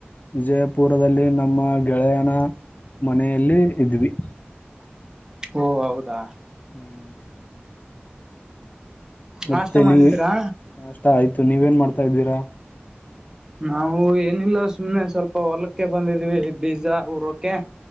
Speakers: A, on the left; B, on the right.
A: ವಿಜಯಪುರದಲ್ಲಿ ನಮ್ಮ ಗೆಳೆಯನ ಮನೆಯಲ್ಲಿ ಇದ್ವಿ.
B: ಓ ಹೌದಾ?
A: ಹ್ಮ್ ಮತ್ತೆ
B: ನಾಷ್ಟ
A: ನೀವು
B: ಮಾಡಿದ್ರಾ
A: ಅಷ್ಟ ಆಯಿತು ನೀವೇನ್ ಮಾಡ್ತಾ ಇದ್ದೀರಾ?
B: ನಾವು ಏನಿಲ್ಲ ಸುಮ್ಮ್ನೆ ಸ್ವಲ್ಪ ಹೊಲಕ್ಕೆ ಬಂದಿದ್ದೀವಿ ಬೀಜ ಊರೋಕೆ.